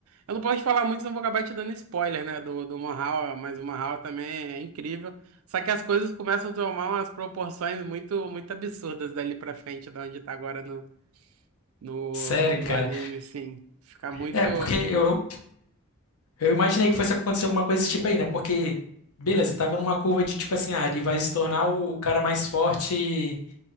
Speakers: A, on the right (about 70°); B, on the left (about 80°).
A: Eu não posso falar muito, senão vou acabar te dando spoiler, né? Do, do Mahou, mas o Mahou também é incrível. Só que as coisas começam a tomar umas proporções muito, muito absurdas dali pra frente, da onde tá agora no, no,
B: Sério, cara.
A: no anime, sim. Fica muito.
B: É, porque eu, eu imaginei que fosse acontecer alguma coisa desse tipo aí, né? Porque, beleza, eu tava numa curva de tipo assim, ah, ele vai se tornar o cara mais forte